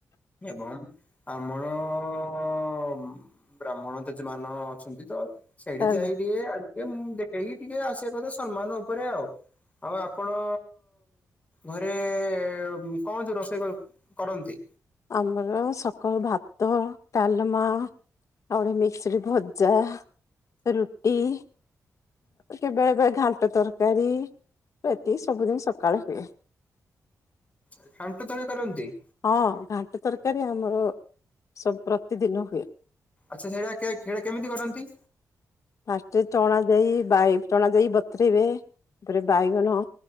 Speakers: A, on the left (about 25°); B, on the left (about 60°).
A: ଏବଂ ଆମର ଓଁ ବ୍ରାହ୍ମଣ ତେଜେମାନ ଅଛନ୍ତି ତ ସେଇଠି
B: ହେଲା
A: ଯାଇ ଟିକେ ଏ ଦେଖେଇକି ଟିକେ ଆସିବା କଥା ସମ୍ମାନ ଉପରେ ଆଉ ଆଉ ଆପଣ ଘରେ କଂ ହଉଚି ରୋଷେଇ କ କରନ୍ତି।
B: ଆମର ସକାଳୁ ଭାତ, ଡାଲମା -- ଆଉେ ମିକ୍ସ ରି ଭଜା ରୁଟି -- କେବେଳେ ବଳେ ଘାଣ୍ଟ ତରକାରୀ ପ୍ରତି ସବୁଦିନ ସକାଳେ ହୁଏ।
A: ଏମିତି ତାହେଲେ କରନ୍ତି।
B: ହଁ ଘାଣ୍ଟ ତରକାରୀ ଆମର ସବୁ ପ୍ରତିଦିନ ହୁଏ।
A: ଆଚ୍ଛା ସେଇଟା କେ କେମିତି କରନ୍ତି।
B: ଫାଷ୍ଟରେ ଚଣା ଦେଇ ବାଇ ଚଣା ଯାଇ ବତରେଇବେ ତାପରେ ବାଇଗଣ